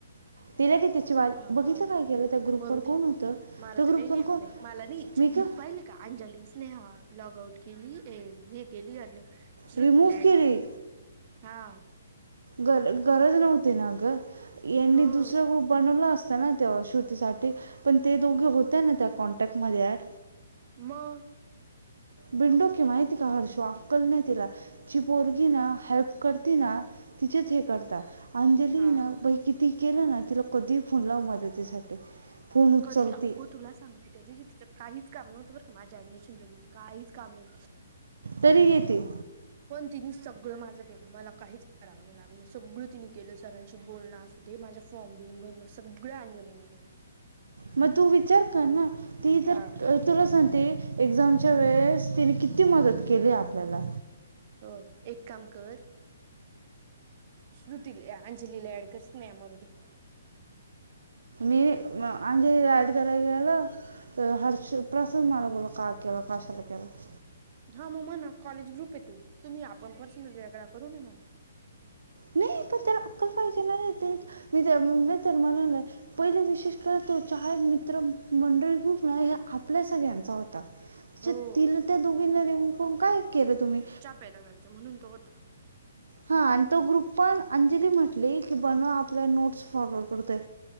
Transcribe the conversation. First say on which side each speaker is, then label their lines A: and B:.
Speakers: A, on the right (about 75°); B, on the right (about 45°).
A: तिला की तिची वा
B: हा
A: बघितलं
B: हा
A: काय केलं त्या ग्रुपवर
B: मरू
A: कोण
B: दे.
A: होतं
B: मला
A: त्या
B: तर
A: ग्रुपवर
B: काय नाही
A: कोण
B: आलंय. मला नाही इच्छा
A: मी
B: ती
A: का
B: पाहिल का अंजली, स्नेहा लॉग आउट केली हे केली अन श्रुतीला
A: रिमूव्ह
B: ऍड
A: केली
B: केलं. हा.
A: गर गरज नव्हती ना ग यांनी
B: हो
A: दुसरा ग्रुप बनवला असता ना त्या श्रुतीसाठी पण ते दोघे होत्या ना त्या कॉन्टॅक्टमध्ये ॲड.
B: मग
A: बिनडोक आहे माहिती का हर्षा अक्कल नाही तिला. जी पोरगी ना हेल्प करती ना तिचेच हे करता. अंजली
B: हा
A: ना बाई किती केलं ना तिला कधीही फोन लाव मदतीसाठी फोन उचलते
B: कधी अग तुला सांगते? त्या दिवशी तिचं काहीच काम नव्हतं बर माझ्या ऍडमिशनच्या दिवशी काहीच काम नाही.
A: तरी येते.
B: पण तिने सगळं माझं केलं मला काहीच करावं नाही लागलं सगळ तिने केलं सरांशी बोलन असू दे, माझा फॉर्म बिम भरण सगळ अंजलीनी केलं.
A: मग तू विचार कर ना ती
B: हा
A: तर अह तुला सांगते एक्झामच्या वेळेस तिने किती मदत केली आपल्याला.
B: हो एक काम कर श्रुतीले, अंजलीले ॲड कर, स्नेहा मरु दे.
A: मी अंजली ला ऍड करायला गेलं, तर हर्ष प्रसन मला बोलला का केल? कशाला केलं?
B: हा. म म्हणा कॉलेज ग्रुपे तो. तुम्ही, आपण पर्सनल वेगळा करू ना म्हणा.
A: नाही, पण त्याला अक्कल पायजे ना नाही तरी
B: ह.
A: मी तर म्हणाले, पहिले विशेष कर त्याचे आहेत मित्र मंडळ ग्रुप ना. ह्या आपल्या सगळ्यांचा होता. तिच्या
B: हो
A: त तिला, त्या दोघींना रिम्हू करून काय केलं तुम्ही?
B: फायदा व्हायचा, म्हणून तो होता.
A: हा. आणि तो ग्रुप पण अंजली म्हटली, की बनवा आपल्या नोट्स फॉरवर्ड करतोय.